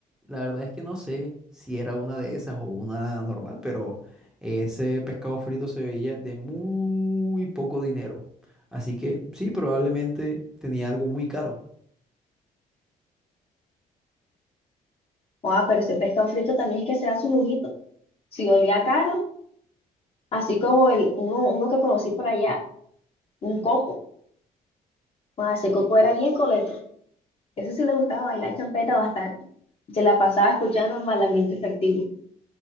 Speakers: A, in the centre; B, on the left.
A: la verdad es que no sé si era una de esas o una normal, pero ese pescado frito se veía de muy poco dinero. Así que sí, probablemente tenía algo muy caro.
B: Ah, pero ese pescado frito también es que se da su lujito. Si olía caro, así como el, uno, uno que conocí por allá, un coco. Ah, ese coco era bien coleto. Ese sí le gustaba bailar champeta bastante. Se la pasaba escuchando malamente efectivo.